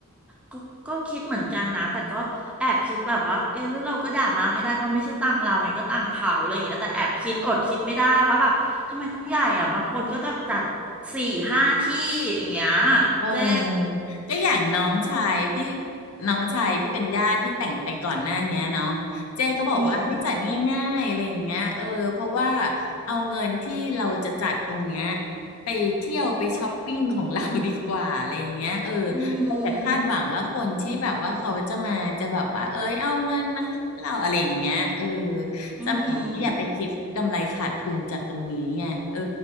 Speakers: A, in the centre; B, on the left (about 75°).
A: ก็ก็คิดเหมือนกันนะแต่ก็แอบคิดแบบว่าเออหรือเราก็ด่ามาไม่ได้เพราะไม่ใช่ตังเราไงก็ตังเขาอะไรอย่างเงี้ยแต่แอบคิดอดคิดไม่ได้ว่าแบบทำไมต้องใหญ่อ่ะบางคนก็จะจัดสี่ห้าที่อย่างเงี้ย
B: เออก็อย่างน้องชายที่
A: เจ๊
B: น้องชายที่เป็นญาติที่แต่งไปก่อนหน้าเนี้ยเนาะเจ๊ก็บอกว่าให้จัดง่ายๆอะไรอย่างเงี้ยเออเพราะว่า
A: อืม
B: เอาเงินที่เราจะจัดตรงเนี้ยไปเที่ยวไปช้อปปิ้งของเรา <laughs> ดีกว่าอะไรอย่างเงี้ยเออ
A: อื
B: เราอย่าคาดหวังว่าคนที่แบบว่าเขาจะมาจะแบบว่าเอ้ยเอาเงินมาให้เราอะไรอย่างเงี้ยเออ
A: มอื
B: สมัยนี้อย่าไปคิดกำไรขาดทุนจากตรงนี้ไงเออ
A: ม